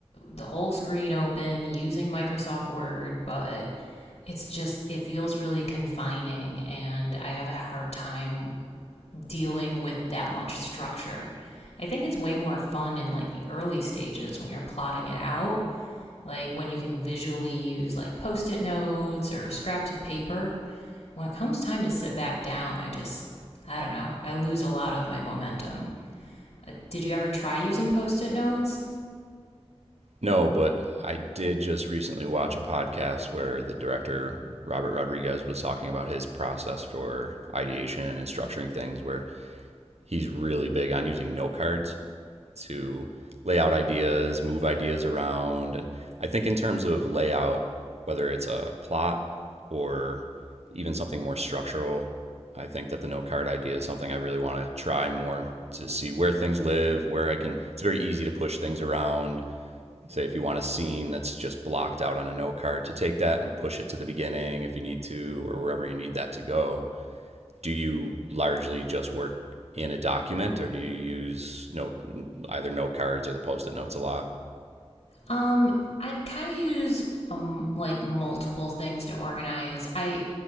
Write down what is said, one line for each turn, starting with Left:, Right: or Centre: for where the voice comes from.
Left: the whole screen open using Microsoft Word, but it's just, it feels really confining, and I have a hard time dealing with that much structure. I think it's way more fun in like the early stages when you're plotting it out, like when you can visually use like post it notes or scraps of paper. When it comes time to sit back down, I just, I don't know, I lose a lot of my momentum. Uh, Did you ever try using post it notes?
Right: No, but I did just recently watch a podcast where the director, Robert Rodriguez, was talking about his process for ideation and structuring things, where he's really big on using note cards to lay out ideas, move ideas around. And I think, in terms of layout, whether it's a plot or even something more structural, I think that the note card idea is something I really want to try more to see where things live, where I can. It's very easy to push things around. Say, if you want a scene that's just blocked out on a note card, to take that and push it to the beginning if you need to, or wherever you need that to go do you largely just work in a document or do you use note either note cards or the post-it notes a lot
Left: Um, I kind of use um like multiple things to organize. I